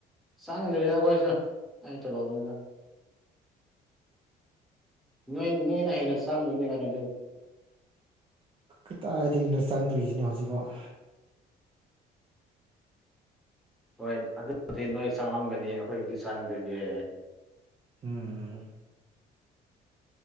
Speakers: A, in the centre; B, on the right.
A: ꯁꯥꯡꯗꯔꯤꯗ ꯀꯣꯏꯁꯨ ꯑꯩ ꯆꯂꯣꯗ ꯅꯣꯏꯅ ꯍꯦꯅ ꯆꯥꯡꯅꯤ ꯀꯥꯏꯅ
B: ꯀꯗꯥꯏꯗꯒꯤꯅ ꯆꯪꯗ꯭ꯔꯤꯁꯤꯅꯣ ꯍꯧꯖꯤꯛꯐꯥꯎ
A: ꯍꯣꯏ ꯑꯗꯨꯕꯨꯗꯤ ꯅꯣꯏ ꯆꯪꯂꯝꯒꯅꯤ ꯑꯩꯈꯣꯏꯒꯤꯛꯇ ꯆꯪꯗ꯭ꯔꯤꯒꯦ
B: ꯎꯝ